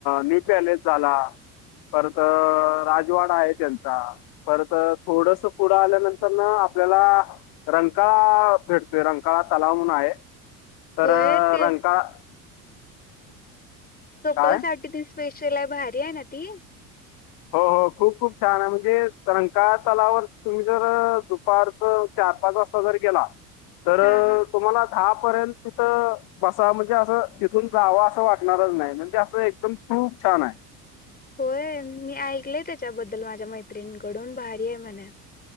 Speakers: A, on the left; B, on the left.
A: न्यू पॅलेस झाला. परत. राजवाड आहे त्यांचा परत थोडस पुढं आल्यानंतर न आपल्याला रंकाळा भेटतोय रंकाळा तलाव म्हणून आहे तर
B: होय ते
A: रंकाळा
B: कपल
A: काय
B: साठी ती स्पेशल आहे भारी आहे ना ती.
A: हो हो खूप खूप छान आहे म्हणजे रंकाळा तलावर तुम्ही जर दुपारच चार पाच वाजता जर गेला तर
B: हा हा
A: तुम्हाला दहा पर्यंत तिथं बसाव म्हणजे असं तिथून जावं असं वाटणारच नाही म्हणजे असं एकदम खूप छान आहे.
B: होय मी ऐकलय त्याच्याबद्दल माझ्या मैत्रिणीकडून भारी आहे म्हण.